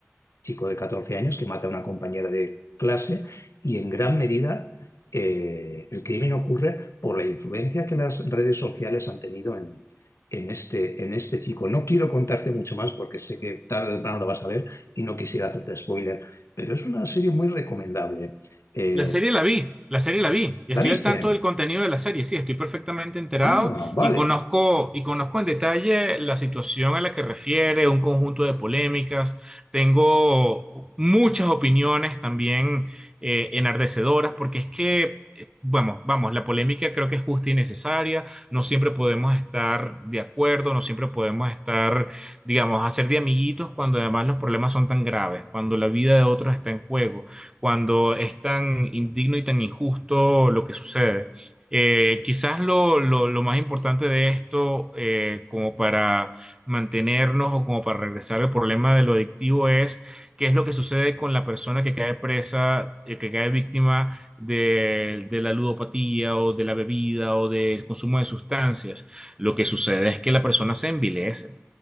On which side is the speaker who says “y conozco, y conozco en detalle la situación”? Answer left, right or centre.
Right